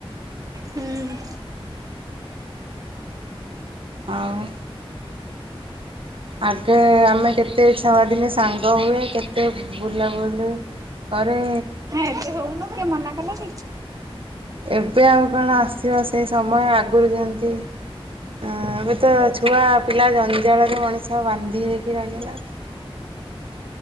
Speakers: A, on the right; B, on the right.
A: ହୁଁ।
B: ଆଉ। ଆଗେ ଆମେ କେତେ ଛଆଦିନେ ସାଙ୍ଗ ହୁଏ କେତେ ବୁଲାବୁଲି ଘରେ
A: ଏବେ ହଉନୁ କିଏ ମନା କଲା କି?
B: ଏବେ ଆଉ କଣ ଆସିବ ସେଇ ସମୟ ଆଗରୁ ଯେମତି ହ ଏବେ ତ ଛୁଆ ପିଲା ଜଞ୍ଜାଳରେ ମଣିଷ ବାନ୍ଧି ହେଇକି ରହିଗଲା। <inaudible>